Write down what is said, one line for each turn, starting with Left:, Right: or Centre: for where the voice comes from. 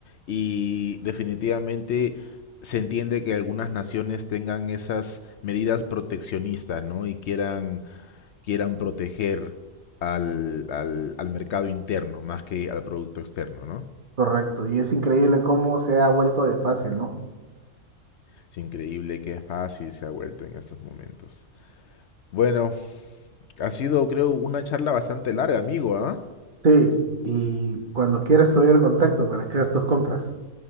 Left: y definitivamente se entiende que algunas naciones tengan esas medidas proteccionistas, ¿no? Y quieran, quieran proteger al, al, al mercado interno más que al producto externo, ¿no?
Right: correcto. Y es increíble cómo se ha vuelto de fácil, ¿no?
Left: Es increíble qué fácil se ha vuelto en estos momentos. Bueno, ha sido creo una charla bastante larga, amigo, ¿ah?
Right: Sí. Y cuando quieras te doy el contacto para que hagas tus compras.